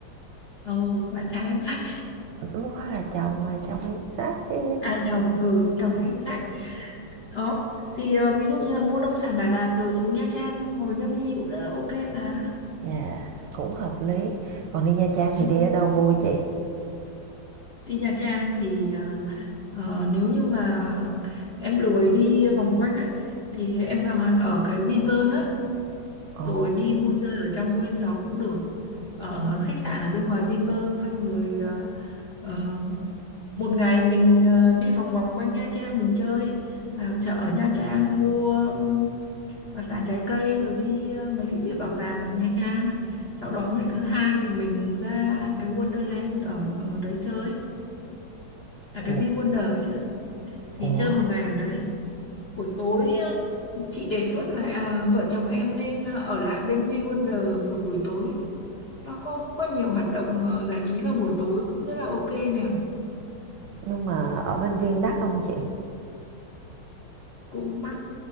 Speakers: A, on the left; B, on the right.
A: ờ bạn trai em xách
B: lúc đó là chồng rồi chồng đi sách đi
A: À chồng, ừ, chồng em xách. Đó, thì ờ, ví dụ như là mua nông sản Đà Lạt rồi xuống Nha Trang, hồi Nhâm Nhi cũng rất là ok mà.
B: dạ cũng hợp lý còn đi nha trang
A: Ừ.
B: thì đi ở đâu vui chị
A: Đi Nha Trang thì ờ, ờ, nếu như mà em lười đi vòng quanh ấy, thì em vào hẳn ở cái Vinpearl á, rồi
B: ồ
A: đi vui chơi ở trong nguyên đó cũng được. Ở khách sạn ở bên ngoài Vinpearl xong rồi ờ, ờ, một ngày mình ờ, đi vòng vòng quanh Nha Trang mình chơi, vào chợ ở Nha Trang mua đặc sản trái cây rồi đi ờ, mấy cái viện bảo tàng ở Nha Trang sau đó ngày thứ hai thì mình ra cái Wonderland ở, ở đấy chơi à
B: ủa
A: cái Vin Wonder chứ thì
B: ủa
A: chơi một ngày ở đấy buổi tối ờ, chị đề xuất là à, vợ chồng em nên ờ, ở lại bên Vin Wonder một buổi tối nó có có nhiều hoạt động ờ, giải trí vào buổi tối cũng rất là ok nè
B: Nhưng mà ở bên Vin đắt không chị?
A: cũng mắc